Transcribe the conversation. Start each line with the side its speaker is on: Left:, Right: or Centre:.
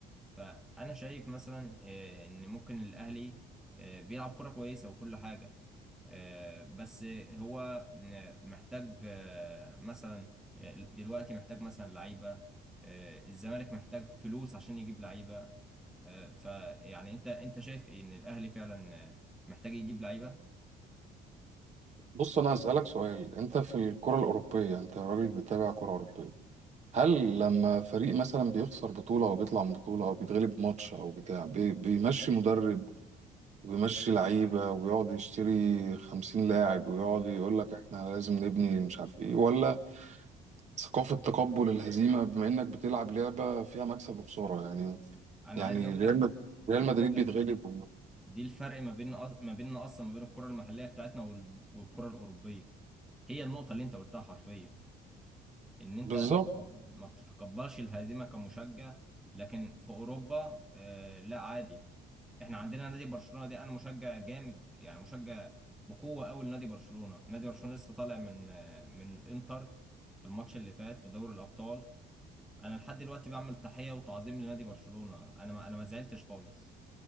Centre: فانا شايف مثلا آه، ان ممكن الاهلي آه، بيلعب كره كويسه وكل حاجه آه، بس هو آه، محتاج آه، مثلا آه، دلوقتي محتاج مثلا لعيبة آه، الزمالك محتاج فلوس عشان يجيب لعيبة آه، فيعني انت انت شايف ايه ان الاهلي فعلا آه، محتاج يجيب لعيبة
Right: بص انا هسألك سؤال انت في الكرة الأوروبية انت راجل بتتابع كرة أوروبية هل لما فريق مثلا بيخسر بطولة او بيطلع من بطولة او بيتغلب ماتش او بتاع بي- بيمشي مدرب ويمشي لعيبة ويقعد يشتري خمسين لاعب ويقعد يقول لك احنا لازم نبني مش عارف ايه ولا ثقافة تقبل الهزيمة بما انك بتلعب لعبة فيها مكسب وخسارة يعني
Centre: انا
Right: يعني
Centre: عايز اقول
Right: ريال
Centre: لك
Right: مد- ريال
Centre: عايز
Right: مدريد
Centre: اقول لك
Right: بيتغلب
Centre: دي, دي الفرق ما بين أص- ما بيننا اصلا ما بين الكرة المحلية بتاعتنا وال- والكرة الأوروبية هي النقطة اللي انت قلتها حرفيا ان انت
Right: بالظبط
Centre: ما بتتقبلش الهزيمه كمشجع لكن في اوروبا آه لا عادي احنا عندنا نادي برشلونه دي انا مشجع جامد يعني مشجع بقوه قوي لنادي برشلونه نادي برشلونه لسه طالع من آه من الانتر في الماتش اللي فات في دوري الابطال انا لحد دلوقتي بعمل تحيه وتعظيم لنادي برشلونه انا ما انا ما زعلتش خالص